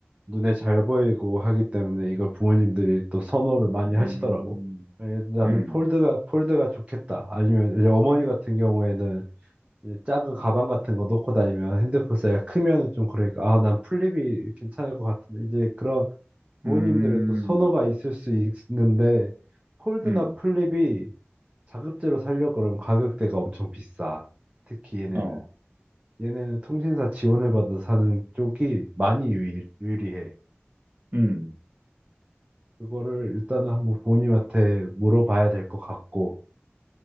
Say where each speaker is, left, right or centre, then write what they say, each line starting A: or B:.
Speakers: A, on the right (about 25°); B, on the right (about 50°).
A: 눈에 잘 보이고 하기 때문에 이걸 부모님들이 또 선호를 많이 하시더라고.
B: 음,
A: 에, 나는
B: 음,
A: 폴드가 폴드가 좋겠다. 아니면 이제 어머니 같은 경우에는 이제 작은 가방 같은 거 놓고 다니면 핸드폰 사이가 크면은 좀 그러니까 아 난 플립이 괜찮을 것 같은데 이제 그런 부모님들의
B: 음,
A: 또 선호가 있을 수 있는데 폴드나
B: 음,
A: 플립이 자급제로 살려 그러면 가격대가 엄청 비싸. 특히 얘네는.
B: 어,
A: 얘네는 통신사 지원을 받아 사는 쪽이 많이 유리, 유리해.
B: 음.
A: 그거를 일단은 한번 부모님한테 물어봐야 될 것 같고.